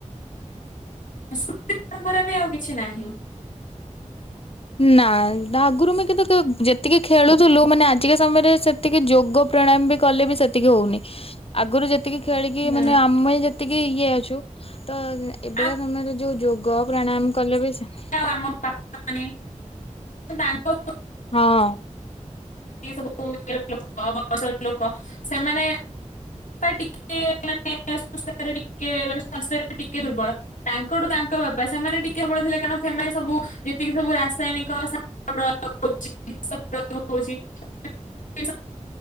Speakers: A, on the left; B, on the left.
A: ସାସ୍କୃତି ପରମ୍ପରା ବି ଆଉ କିଛି ନାହିଁ।
B: ନା ଆଗରୁ ମୁ କିନ୍ତୁ ଯେତିକି ଖେଳୁଥିଲୁ ମାନେ ଆଜିକା ସମୟରେ ସେ ସେତିକି ଯୋଗ ପ୍ରାଣାୟାମ ବି କଲେ ବି ସେତିକି ହଉନି। ଆଗରୁ ଯେ ତିକି ଖେଳିକି
A: ନା
B: ମାନେ ଆମେ ଯେତିକି ଇଏ ଅଛୁ, ତ ଏବେ
A: ଆମ
B: କା ସମୟରେ ଯୋଉ ଯୋଗ ପ୍ରାଣାୟାମ କଲେ ବି ସେ
A: ଆମ ପାପା ମେ <unintelligible> ତାଙ୍କ
B: ହଁ।
A: ଇଏ ସବୁ କଉ ଲସ ଲୋକ। <unintelligible> ସେମାନେ ଟିକେ ମାନେସ୍ଥ ଟିକେ ମାନେ ସାସ୍ଥ୍ୟ ଟିକେ ଦୁର୍ବଳ। <unintelligible> ତାଙ୍କଠୁ ତାଙ୍କ ବାପା ସେମାନେ ଟିକେ ଭଲ ଥିଲେ। କାରଣ ସେମାନେ ସବୁ ଯେତିକି ସବୁ ରାସାୟନିକ ସା ଅର ଅଉଚ଼ି ଟେସ୍